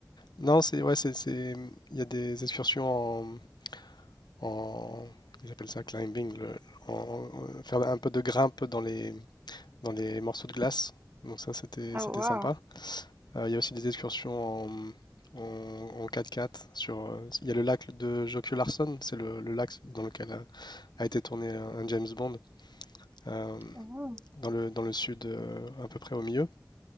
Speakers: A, on the left (about 80°); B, on the right (about 25°).
A: Non, c'est ouais, c'est, c'est- il y a des excursions en, en- ils appellent ça climbing, le- en, en- euh, faire un peu de grimpe dans les dans les morceaux de glace. Donc ça, c'était
B: Ah
A: c'était
B: waouh.
A: sympa. Euh, il y a aussi des excursions en, en, en 4x4 sur. euh, il y a le lac de Jokië Larson, c'est le, le lac dans lequel a, a été tourné un, un James Bond, euh,
B: Ah,
A: dans le, dans le sud, euh, à peu près au milieu.